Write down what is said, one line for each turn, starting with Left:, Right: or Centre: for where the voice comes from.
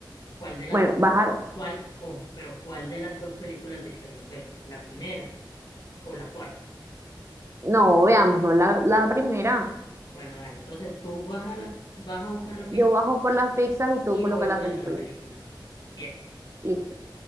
Left: ¿Cuál de las
Right: bueno,
Left: dos?
Right: bajar,
Left: ¿Cuál? Ojo, pero ¿cuál de las dos películas de Shrek nos vemos? ¿La primera o la cuarta?
Right: no, veamos, no, la, la primera,
Left: Bueno, dale, entonces tú vas a, la, vas a buscar la pizza
Right: yo bajo por las pizzas y tú
Left: y
Right: colocas
Left: yo voy
Right: la
Left: poniendo
Right: película,
Left: la película. Bien.
Right: listo.